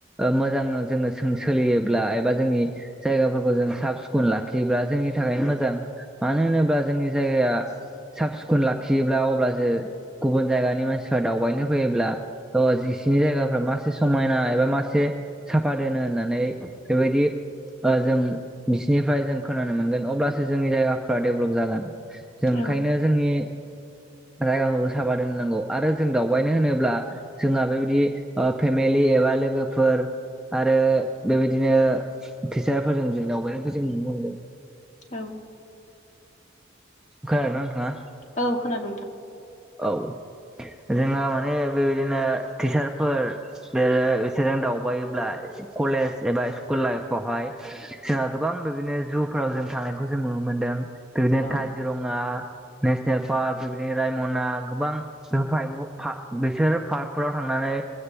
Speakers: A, in the centre; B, on the left.
A: ओ मोजां जोङो सोलियोब्ला एबा जोंनि जायगाफोर खौ जों साब सिखुन लाखियोब्ला जोंनि थाखायनो मोजां मानो होनोब्ला जोंनि जायगाया साब सिखोन लाखियोब्ला अब्लासो गुबुन जायगानि मानसिफ्रा दावबायनो फैयोब्ला अ इसिनि जायगाफ्रा मा मासे समायना एबा मासे साफा दोनो होननानै बेबायदि ओ जों बिसिनिफ्राय जों खोनानो मोनगोन अब्लासो जोंनि जायगाफ्रा डेभेलप जागोन जों
B: औ
A: ओंखायनो जोंनि रायगाखौ साबादोननांगौ आरो जों दावबायनो होनोब्ला जोंहा बेबायदि ओ फेमे लि एबा लोगोफोर आरो बेबायदिनो टिचारफोरजों जों दाववबायनायखौ जों नुनो मोनदों
B: औ
A: खोनादों ना नोंथाङा?
B: औ खोनादों नोंथां
A: औ जोंहा माने बेबायदिनो टिचारफोर जेरै बिसोरजों दावबायोब्ला कलेज एबा स्कुल लाइफावहाय जोंहा गोबां बिदिनो जुफोराव जों थांनायखौ जों नुनो मोनदों बेबायदिनो
B: औ
A: काजिरङा नेसनेल पार्क बेबायदिनो रायमना गोबां बेफोर फाइभाव बिसोर आरो पार्कफोराव थांनानै